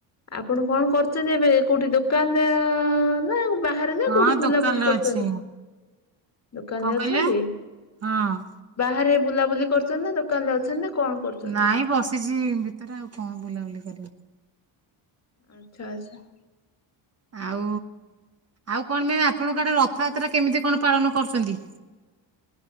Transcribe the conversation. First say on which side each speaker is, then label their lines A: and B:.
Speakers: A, on the left; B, on the right.
A: ଆପଣ କଣ କରୁଛନ୍ତି ଏବେ କୋଉଠି ଦୋକାନରେ ନା ବାହାରେ ନା
B: ହଁ
A: କୋଉଠି
B: ଦୋକାନରେ
A: ବୁଲାବୁଲି କରୁଛନ୍ତି?
B: ଅଛି
A: ଦୋକାନରେ
B: କଣ କହିଲେ
A: ଅଛନ୍ତି?
B: ହଁ
A: ବାହାରେ ବୁଲାବୁଲି କରୁଛନ୍ତି ନା ଦୋକାନରେ ଅଛନ୍ତି ନା କଣ? କରୁଛନ୍ତି?
B: ନାଇଁ ବସିଛି ଭିତରେ ଆଉ କଣ ବୁଲାବୁଲି କରିବି।
A: ଆଚ୍ଛା ଆଚ୍ଛା।
B: ଆଉ ଆଉ କଣ ପାଇଁ ଆପଣଙ୍କ ଆଡ଼େ ରଥଯାତ୍ରା କେମିତି କଣ ପାଳନ କରୁଛନ୍ତି?